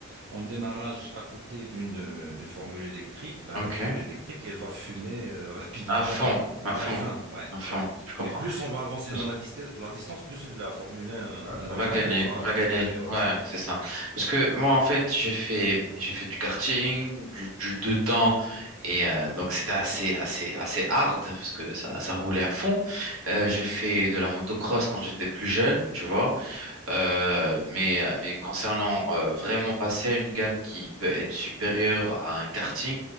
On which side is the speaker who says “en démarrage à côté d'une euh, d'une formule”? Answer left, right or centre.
Right